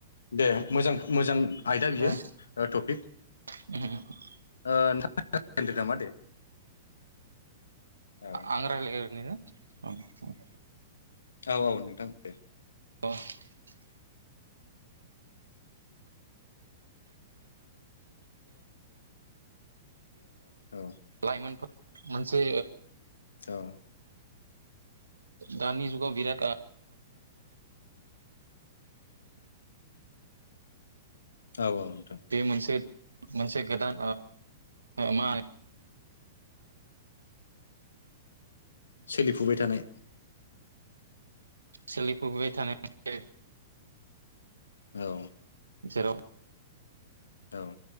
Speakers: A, on the left; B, on the right.
A: दे मोजां मोजां आयदा बियो
B: उम
A: टपिक
B: <inaudible>
A: नोंथां दोनदो नामा दे औ
B: आं रायलायगोरनो औ औ
A: औ नोंथां दे
B: <inaudible>
A: औ
B: <inaudible> लाइमोनफोर मोनसे
A: औ
B: दानि जुगाव बिराट <inaudible>
A: औ औ नोंथां
B: बे मोनसे मोनसे गोदान मा होनो
A: सोलिफुबाय थानाय
B: सोलिफबाय थानाय
A: औ
B: जेराव
A: दाउ